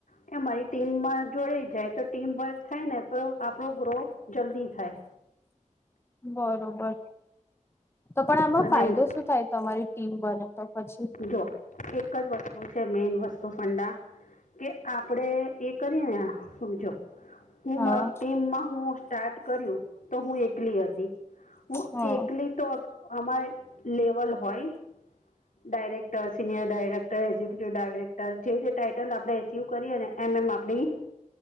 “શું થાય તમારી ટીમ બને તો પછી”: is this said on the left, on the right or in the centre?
Left